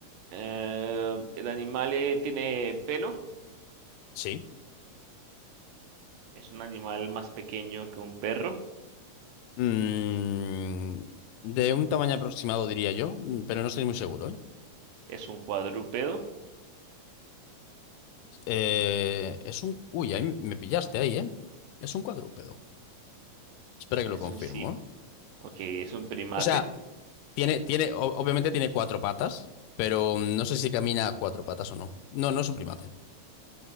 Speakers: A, on the right; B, on the left.
A: Eh, el animal eh, tiene pelo,
B: Sí.
A: es un animal más pequeño que un perro,
B: Mm, de un tamaño aproximado, diría yo, mm, pero no estoy muy seguro, ¿eh?
A: es un cuadrúpedo,
B: Eh, es un... Uy, ahí me me pillaste ahí, ¿eh? Es un cuadrúpedo. Espera que
A: es
B: lo confirmo,
A: un sí,
B: ¿eh?
A: ok, es un primate.
B: O sea, tiene, tiene, o- obviamente tiene cuatro patas, pero mm, no sé si camina a cuatro patas o no. No, no es un primate.